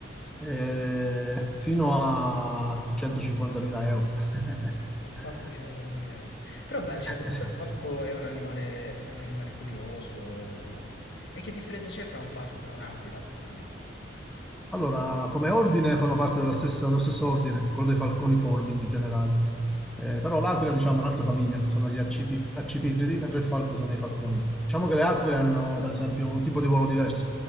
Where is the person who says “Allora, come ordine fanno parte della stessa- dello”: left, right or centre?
Centre